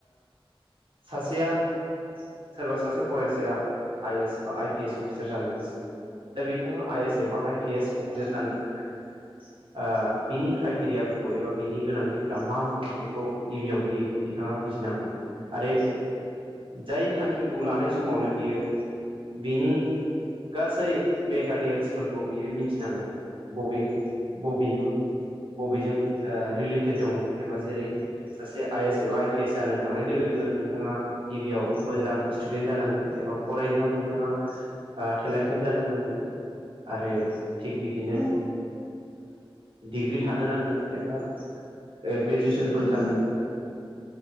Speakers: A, on the right; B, on the left.
A: सासेया सोरबा सासे फरायसाया आइ एस बा आइ पि एस अफिसार जानो गोसो दा बिथाङा आइ एस एबा आइ पि एस अफिसार
B: औ
A: जानो थाखाय <inaudible> बिनि क्राइटेरियाफोरखौ एबा बिनि गोनांथिफ्रा मा मा बेखौ गिबियाव बियो बिथाङा बुजिनांगोन आरो जाय थांखिखौ लानाय समावनो बियो बिनि गासै मेटारियेल्सफोरखौ बियो मिथिनांगोन बबे बबेयाव बबेजों रिलेटेड दङ एबा जेरै सासे आइ एस एबा आइ पि एस जानो थांनाय लोगो लोगो नोंथाङा गिबियाव मोजां स्टुडेन्ट जानांगोन एबा फरायनायाव नोंथाङा टेलेन्टेड जानो नांगोन आरो थिग बिदिनो
B: औ
A: डिग्रि थानो नांगोन एबा ग्रेजुवेसन
B: औ
A: फोर
B: नंगौ
A: जानो नांगा